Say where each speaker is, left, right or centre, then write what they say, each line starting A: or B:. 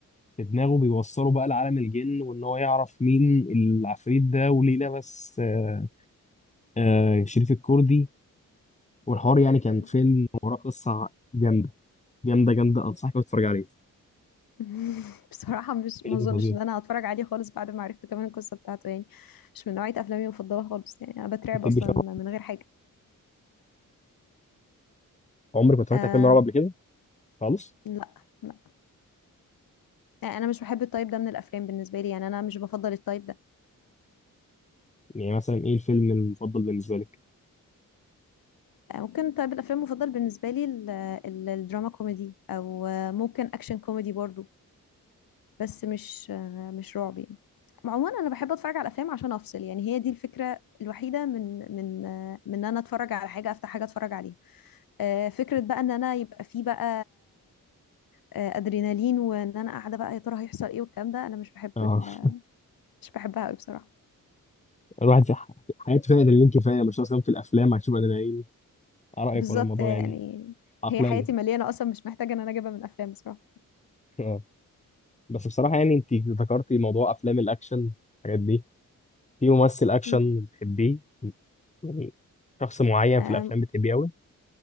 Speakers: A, on the left; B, on the left.
A: في دماغه بيوصله بقى لعالم الجن وان هو يعرف مين العفريت ده وليه لبس آه، آه، شريف الكردي والحوار يعني كان
B: مم.
A: فيلم وراه قصه جامده جامده جامده انصحك إنك تتفرج عليه
B: <laughs> بصراحة مش
A: فيلم
B: ما اظنش
A: فظيع
B: ان انا هتفرج عليه خالص بعد ما عرفت كمان القصة بتاعته يعني مش من نوعية افلامي المفضلة خالص يعني انا بترعب
A: يتم
B: اصلا
A: شرح
B: من غير حاجة
A: عمرك ما اتفرجت
B: آم
A: على فيلم رعب قبل كده خالص
B: لا لا يعني انا مش بحب التايب ده من الافلام بالنسبة لي يعني انا مش بفضل التايب ده
A: يعني مثلا ايه الفيلم المفضل بالنسبه لك؟
B: آه، ممكن تايب الافلام المفضل بالنسبة لي ال- ال- الدراما كوميدي او آه، ممكن اكشن كوميدي برضو بس مش آه، مش رعب يعني عموما انا بحب اتفرج على الافلام عشان افصل يعني هي دي الفكرة الوحيدة من من آه، من ان انا اتفرج على حاجة افتح حاجة اتفرج عليها آه، فكرة بقى ان انا يبقى في بقى آه، ادرينالين وان انا قاعدة بقى يا ترى هيحصل ايه والكلام ده انا مش بحب
A: اه
B: ال...
A: <laughs>
B: مش بحبها قوي بصراحة
A: الواحد في ح- حياته فيها ادرينالين كفايه مش ناقص كمان في الافلام هتشوف ادرينالين رأيك
B: بالظبط
A: ولا الموضوع
B: يعني
A: يعني عقلاني
B: هي حياتي مليانة اصلا مش محتاجة ان انا اجيبها من افلام بصراحة
A: <laughs> آه. بس بصراحة يعني انت ذكرتي موضوع افلام الاكشن الحاجات دي في ممثل اكشن
B: مم.
A: بتحبيه يعني شخص معين
B: آم،
A: في الافلام بتحبيه قوي